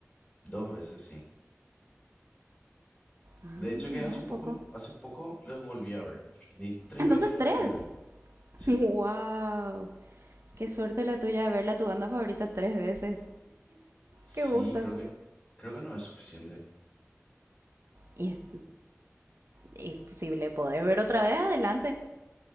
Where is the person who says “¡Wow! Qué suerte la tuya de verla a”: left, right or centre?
Right